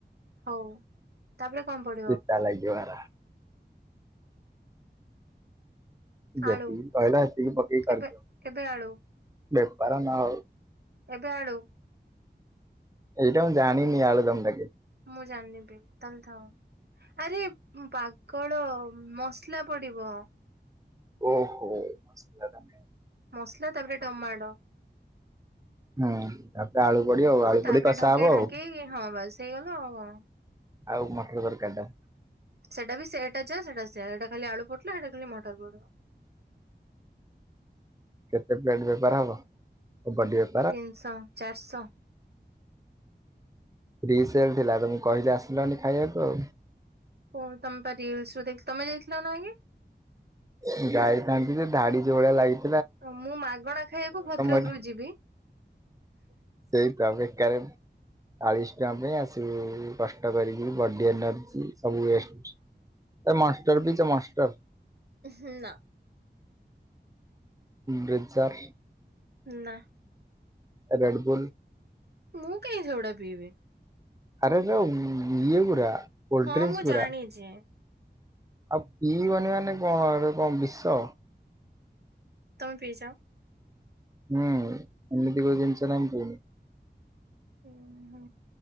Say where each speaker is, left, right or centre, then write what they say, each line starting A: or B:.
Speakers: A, on the right; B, on the right.
A: ହଉ। ତାପରେ କଣ ପଡେ?
B: ପିତା ଲାଗିବ ସେରା।
A: ଆଳୁ
B: ଯେତିି କହିଲ ଏତିକି ପକେଇ କରିଦିଆ
A: ଏବେ ଏବେ ଆଳୁ
B: ବେପାର ନହଉ।
A: ଏବେ ଆଳୁ
B: ଏଇଟା ମୁଁ ଜାଣିନି ଆଳୁ ଦମଟା କେ
A: ମୁଁ ଜାଣିନି ବି ତମେ ଥାଅ। ଆରେ ପାଗଳ ମସଲା ପଡିବ।
B: ଓହୋ ମସଲା ଟା ମେନ୍।
A: ମସଲା ତାପରେ ଟମାଟୋ।
B: <inaudible> ହୁଁ ତାପରେ ଆଳୁ ପଡିବ ଆଉ। ଆଳୁ
A: ତାପରେ
B: ପଡିକି କଷା
A: ଢଙ୍କେଇ
B: ହବ
A: ଢାଙ୍କେଇ
B: ଆଉ।
A: ହଁ ବାସ୍ ହେଇଗଲା ଆଉ କଣ।
B: ଆଉ ମଟର ତରକାରିଟା।
A: ସେଟା ବି ସେଇଟା ଯା ସେଟା ସେଇଟା ଖାଲି ଆଳୁ ପଡିଲା ସେଇଟା ଖାଲି ମଟର ପଡିବ।
B: କେତେ ପ୍ଲେଟ ବେପାର ହବ? କବାଡିଆ ର
A: ତିନିଶହ, ଚାରିଶହ।
B: ଫ୍ରିସେଲ ଥିଲା ତମକୁ କହିଲି ଆସିଲନି ଖାଇବାକୁ ଆଉ।
A: କଣ ତମେ ପା ରିଲସ୍ ରୁ ଦେ ତମେ ଯାଇଥିଲ ନା ଆଗେ?
B: ମୁଁ ଯାଇଥାନ୍ତି ଯେ ଧାଡି ଯେ ଭଳିଆ ଲାଗି
A: ମୁଁ ମାଗଣା ଖାଇବାକୁ ଭଦ୍ରକରୁୁ
B: ଏଠି
A: ଯିବି।
B: ସେଇତ ବେକରେ ଚାଳିଶ ଟଙ୍କା ପାଇଁ ଆସିବୁ କଷ୍ଟ କରିକି ବଡି ଏନର୍ଜି ସବୁ ୱେଷ୍ଟ। ସେ ମଷ୍ଟର ପିଇଛ ମଷ୍ଟର?
A: ଉହୁଁ ନା।
B: ବ୍ରିଜର୍।
A: ନା।
B: ରେଡବୁଲ୍।
A: ମୁଁ କାଇଁ ସେଗୁଡା ପିଇବି?
B: ଆରେ ସେ ଇଏ ଗୁୁରା କୋଲ୍ଡଡ୍ରିଂଙ୍କସ
A: ହଁ ମୁଁ
B: ଗୁରା
A: ଜାଣିଛି।
B: ଆଉ ପିଇବନି ମାନେ କଣ ଏଗୁଡା କଣ ବିଷ?
A: ତମେ ପିଇଛ?
B: ହୁଁ ଏମିତି କୋଉ ଜିନିଷ ନାହିଁ ମୁଁ ପିଇନୀ।
A: ଉ ହୁଁ